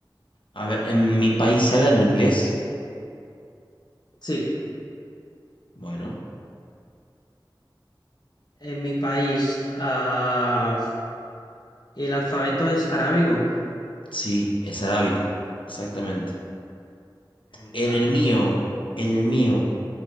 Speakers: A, on the left; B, on the left.
A: A ver, ¿en mi país se habla en inglés?
B: Sí.
A: Bueno,
B: En mi país, ah, el alfabeto es arábigo.
A: sí, es arábico, exactamente.
B: Mm,
A: En
B: Vale.
A: el mío, en el mío,